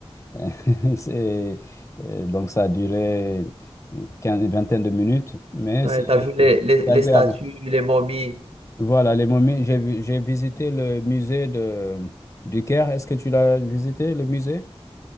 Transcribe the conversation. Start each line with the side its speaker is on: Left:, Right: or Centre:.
Left: <laughs> C'est, euh, donc, ça a duré une quin- une vingtaine de minutes, mais
Right: Ouais,
Left: c'est
Right: t'as vu les,
Left: c'est
Right: les, les
Left: agréable.
Right: statues, les momies.
Left: Voilà, les momies, j'ai vi- j'ai visité le musée de, du Caire. Est-ce que tu l'as visité, le musée?